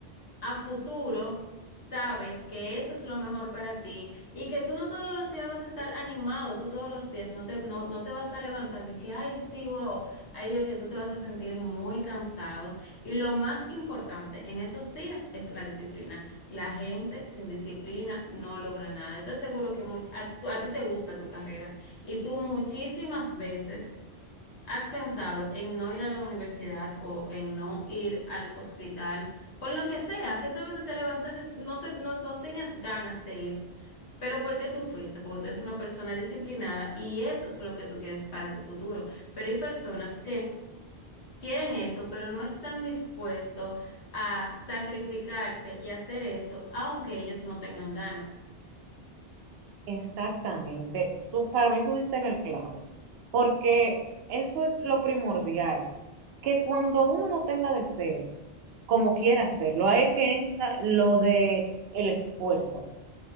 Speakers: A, on the left; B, on the right.
A: a futuro sabes que eso es lo mejor para ti y que tú no todos los días vas a estar animado, tú todos los días no te, no, no te vas a levantar de que, ay, sí, wow, hay días que tú te vas a sentir muy cansado y lo más importante en esos días es la disciplina. La gente sin disciplina no logra nada. Yo te aseguro que much- a, tú- a ti te gusta tu carrera y tú muchísimas veces... ¿Has pensado en no ir a la universidad o en no ir al hospital? Por lo que sea, simplemente te levantaste, no, te, no, no tenías ganas de ir. Pero ¿por qué tú fuiste? Porque tú eres una persona disciplinada y eso es lo que tú quieres para tu futuro. Pero hay personas que quieren eso, pero no están dispuestos a sacrificarse y hacer eso, aunque ellos no tengan ganas.
B: Exactamente. Tú, para mí tú diste en el clavo, porque eso es lo primordial, que cuando uno no tenga deseos, como quiera hacerlo, ahí es que entra lo de el esfuerzo.